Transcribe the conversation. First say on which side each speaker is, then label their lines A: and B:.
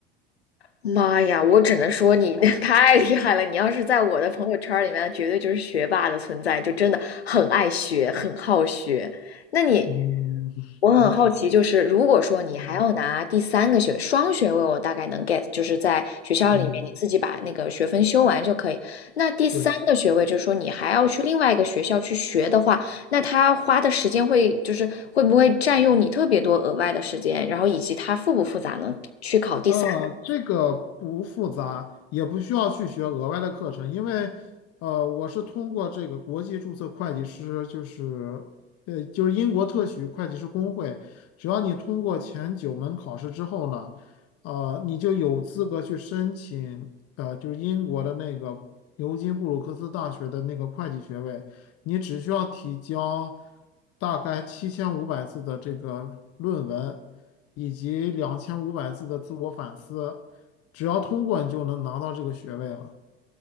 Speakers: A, on the left (about 85°); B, on the left (about 50°).
A: 妈呀，我只能说你 <laughs> 太厉害了！你要是在我的朋友圈儿里面，绝对就是学霸的存在，就真的很爱学，很好学。那你，
B: 嗯，<laughs>
A: 我很好奇，
B: 还好。
A: 就是如果说你还要拿第三个学双学位，
B: 嗯
A: 我大概能 get，就是在学校里面你自己把那个学分修完就可以。
B: 嗯，
A: 那第三个学位，
B: 对，
A: 就是说你还要去另外一个学校去学的话，那他花的时间会就是会不会占用你特别多额外的时间，然后以及它复不复杂呢？去考第三。
B: 呃，这个不复杂，也不需要去学额外的课程，因为呃，我是通过这个国际注册会计师，就是呃，就是英国特许会计师工会，只要你通过前九门考试之后呢，呃，你就有资格去申请，呃，就是英国的那个牛津布鲁克斯大学的那个会计学位。你只需要提交大概七千五百字的这个论文，以及两千五百字的自我反思，只要通过你就能拿到这个学位了。